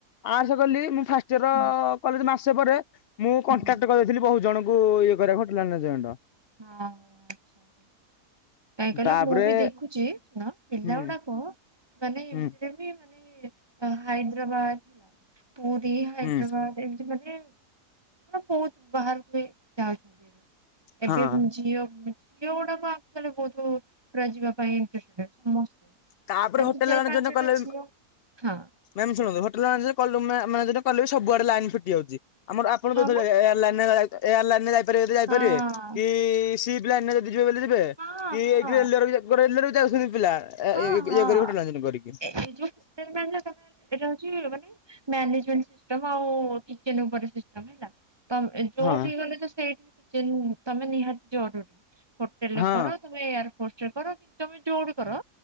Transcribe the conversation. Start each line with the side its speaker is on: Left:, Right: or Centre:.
Left: ଆର୍ଟସ କଲି, ମୁଁ ଫାଷ୍ଟ ଇୟର
Right: ହୁଁ
Left: କଲେଜ୍ ମାସେ ପରେ ମୁଁ
Right: ହୁଁ
Left: କଣ୍ଟାକ୍ଟ କରିଦେଇଥିଲି ବହୁତ ଜଣଙ୍କୁ ଇଏ କରିବାକୁ ହୋଟିଲ୍ ମାନେଜମେଣ୍ଟ।
Right: ହଁ ଆଚ୍ଛା। କାହିଁ କହିଲା
Left: ତାପରେ
Right: ମୁଁ ବି ଦେଖୁଛି ଶୁଣ ପିଲାଗୁଡାକ
Left: ହୁଁ
Right: ମାନେ
Left: ହୁଁ
Right: ଏମିତିରେ ମାନେ ହାଇଦ୍ରାବାଦ, ପୁରୀ, ହାଇଦ୍ରାବାଦ
Left: ହୁଁ
Right: ଏମିତି ମାନେ ବହୁତ୍ ବାହାରକୁ ଯାଉଛନ୍ତି, ଏବେ
Left: ହଁ
Right: ଝିଅ ଝିଅ ଗୁଡାକ <unintelligible> ବହୁତୁ ପୁରା ଯିବା ପାଇଁ ଇନ୍ତ୍ରେଷ୍ଟେଡ ସମସ୍ତେ।
Left: ତାପରେ
Right: ଏ
Left: ହୋଟେଲ
Right: ଦି ଚାରି
Left: ମାନେଜ
Right: ପାଞ୍ଚଟା
Left: କଲେ
Right: ଝିଅ ହଁ
Left: ବ <unintelligible> ଶୁଣନ୍ତୁ ହୋଟେଲ ମାନେ କଲୁ ମେ ମ କଲେ ବି ସବୁଆଡେ ଲାଇନ ଫୁଟି ଯାଉଛି। ଆମର ଆପଣ
Right: ହଁ
Left: ଯୋଉ ଥିରେ
Right: ବା
Left: ଏ ଏୟାର ଲାଇନ୍ ରେ ଯା ଏୟାର ଲାଇନ ରେ ଯାଇପାରିବେ ଯଦି ଯାଇପାରିବେ।
Right: ହଁ
Left: କି ସି ପିଲା <unintelligible> ଯଦି ଯିବେ
Right: ହଁ
Left: କି
Right: ହଁ
Left: <unintelligible> ବି ଯାଉଛନ୍ତି ପିଲା। ଏ
Right: ହଁ ହଁ
Left: ଏ କରିବ <unintelligible> କରିକି।
Right: ଏଇ <unintelligible> ଏଇଟା ହଉଛି ମାନେ ମ୍ୟାନେଜମେଣ୍ଟ ସିଷ୍ଟମ୍ ଆଉ କିଚେନ ଉପରେ ସିଷ୍ଟମ୍ ହେଲା। ତମ୍ ଯୋଉଠି
Left: ହଁ
Right: ଗଲେ ତ ସେଇଠି ବି କିଚେନ ତମେ ନିହାତି ଜରୁରୀ। ଟେଲରେ
Left: ହଁ।
Right: କର ତମେ ଏୟାର ଫୋର୍ସ ରେ କର କିନ୍ତୁ ତମେ ଯୋଉଠି କର